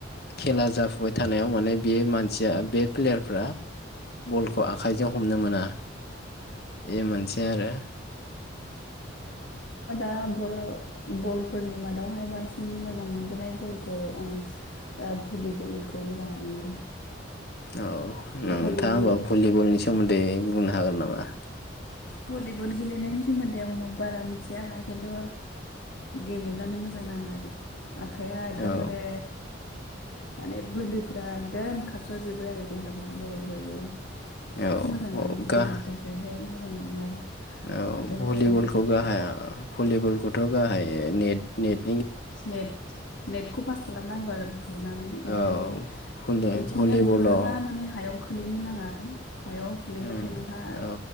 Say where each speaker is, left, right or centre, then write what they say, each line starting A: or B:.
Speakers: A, on the left (about 55°); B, on the left (about 75°).
A: खेला जाफुबाय थानायाव माने बे मानसिया बे प्लेयारफ्रा बलखौ आखाइजों हमनो मोना ए मोनसे आरो।
B: ना बल बलफोरनि मादावहाय बांसिन मोजां मोनजानाय बलखौ आं भलिबलखौ ओ मोजां मोनो।
A: औ। नोंथाङा
B: भलिबल
A: होमबा भलिबलनि सोमोन्दै बुंनो हागोन नामा?
B: भलिबल गेलेनायनि सोमोन्दै आं बारा मिथिया खिन्थु गेलेनानै मोजां नाङो आरो। आखाइया एकदमबारे
A: औ
B: माने बोलोफोरा एकदम खारस्राजोबो आरो देहाफोरा गरम जाजोबो।
A: औ
B: मोजां
A: औ
B: नाङो
A: गा
B: देहानि थाखायहाय नाङो आरो
A: औ
B: एकदमबारे
A: भलिबलखौ गाहाया भलि बलखौथ' गाहायै नेट-नेट
B: नेट नेटखौ पास खालामनांगौ आरो बुनानै ओमफ्राय
A: औ भलि
B: बिथिंनिया
A: भलिबलाव
B: बुहरोबा माने हायाव खोलैनो नाङा। आरो हायाव खोलैबाथाय
A: उम,
B: नोंहा
A: औ